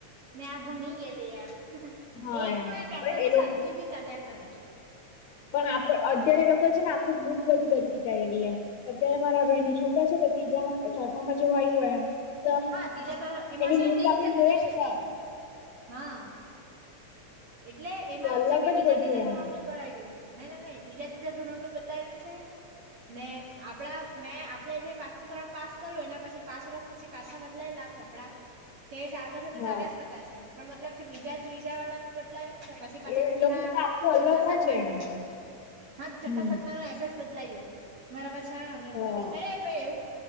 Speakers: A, on the right; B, on the left.
A: મેં આ ભણી ગયેલી એમ.
B: હા
A: એકનો
B: એમ
A: એક કેસ
B: પણ એ લોકો
A: હજુ બી ચલ્યા કરે.
B: પણ આપ અત્યારે એ લોકો છે ને આખું બુક બધી બદલી કાયઢી એમ અત્યારે મારા ભાઈ ના છોકરા છે તો ત્રીજા ચોથામાં જોવા આયવો એમ. તો આમ
A: હા ત્રીજા તર એમાં
B: એની
A: છે
B: બુક
A: તીસ
B: આપડે
A: ને
B: જોઈએ
A: ફિક્સ નહી
B: તો
A: હા. એટલે એમાં
B: તો
A: એવું
B: અલગ
A: છે કે બીજા
B: જ બધું
A: ત્રીજા
B: એમ
A: ધોણ ને ભરાય ગયુ. નઈ નઈ બીજા બીજા ધોરણનું બદલાયેલું છે ને આપણા મેં આપણે જે તણ પાસ કરું એના પછી પાંચ વર્ષ પછી પાછા બદલાયેલા ચોપડા તે ચાલતાશે તો
B: હા
A: ચાલ્યા જ કરતા છે પણ મતલબ કે બીજા ત્રીજા વાળાનું બદલાયું. પછી પાછો
B: એ
A: છઠ્ઠા
B: લોકોનું તો આખું
A: છઠ્ઠા
B: અલગ
A: સાતમાં
B: જ
A: નુ
B: એમ
A: બદલાયુ હા તો છઠ્ઠા
B: હમ
A: સાતમાનુ. બદલાયું મારા પાસે છામાને
B: હા
A: બધ અરે ભાઈ એવું.